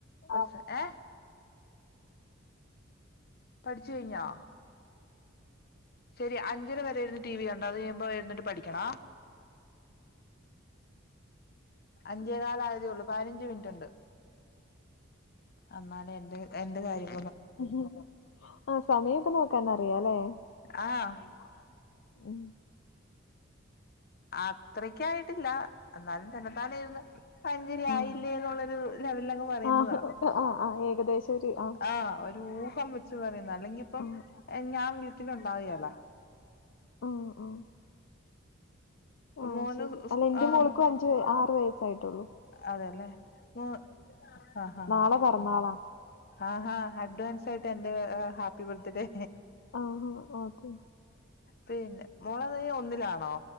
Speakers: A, on the left; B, on the left.
A: ആ
B: ഒരു സെ ഏ പഠിച്ച് കൈഞ്ഞോ ശരി അഞ്ചര വരെയിരുന്ന് ടി വി കണ്ട അത് കയുമ്പോ ഇരുന്നിട്ട് പഠിക്കണ <inaudible> അഞ്ചേ കാലായതേയൊള്ളു പതിനഞ്ച് മിനിറ്റ്ണ്ട് അന്നാലെ എന്റ എന്റെ കാര്യം
A: മ്മ്ഹ് ആ സമായൊക്കെ നോക്കാനറിയാല്ലെ
B: ആഹ്
A: ആഹ് ഉം
B: അത്രക്കായിട്ടില്ല എന്നാലും തന്നെത്താനെയിരുന്ന് അഞ്ചരയായില്ലേ
A: ആഹ്
B: ന്നുള്ളരു ലെവലിലങ്ങ് പറയുന്നതാ
A: ആഹ് ആഹ് ആഹ് ഏകദേശം ഒരു ആഹ്
B: ആഹ ഒരൂഹം വെ ച്ചു പറയുന്നതാ അല്ലെങ്കിപ്പം
A: ആഹ്
B: ഞാൻ വീട്ടിലുണ്ടാകയല്ലോ
A: ആഹ് ആഹ് ആഹ്
B: മോന്
A: ശരി
B: സ്കൂ
A: അല്ല ഇന്റെ
B: ആഹ്
A: മോൾക്കും അഞ്ച് വയ ആറു വയസ്സായിട്ടൊള്ളു
B: അതെല്ലേ ഉ ആഹാ
A: നാളെ
B: ഹ
A: പിറന്നാളാ
B: ആഹ് ഹാ അഡ്വാൻസായിട്ട് എന്റെ ഹാപ്പി ബർത്ത്ഡേ
A: ആഹഹ ഓക്കെ
B: പിന്നെ മോളെ തെ ഒന്നിലാണോ